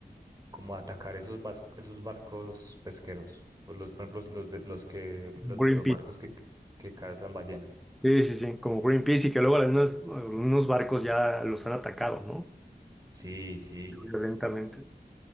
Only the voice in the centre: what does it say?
Greenpeace.
Sí, sí, sí, como Greenpeace y que luego algunos, algunos barcos ya los han atacado, ¿no?
Violentamente.